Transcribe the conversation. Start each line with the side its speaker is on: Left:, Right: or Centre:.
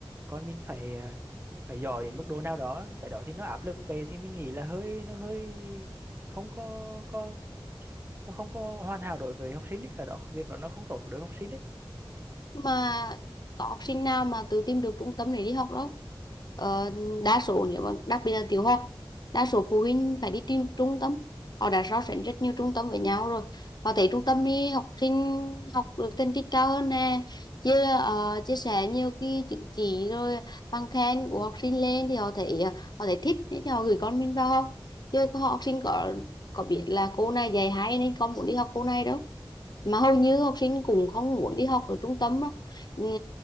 Right: còn mình phải à, phải giỏi đến mức độ nào đó cái đó thì nó áp lực về thì mình nghĩ là hơi nó hơi không có có nó không có
Left: ừ.
Right: hoàn hảo đối với học sinh đấy cái đó việc đó nó không tốt với đối với học sinh đấy
Left: mà có học sinh nào mà tự tìm được trung tâm để đi học đâu ờ, đa số nếu mà đặc biệt là tiểu học đa số phụ huynh phải đi tìm trung tâm họ đã so sánh rất nhiều trung tâm với nhau rồi họ thấy trung tâm đi học sinh học được thành tích cao hơn nè chia ờ, chia sẻ nhiều cái chứng chỉ rồi bằng khen của học sinh lên thì họ thấy họ thấy thích thì họ gửi con mình vào học chứ có học sinh có có biết là cô này dạy hay nên con muốn đi học cô này đâu mà hầu như học sinh cũng không muốn đi học ở trung tâm đâu Ừm,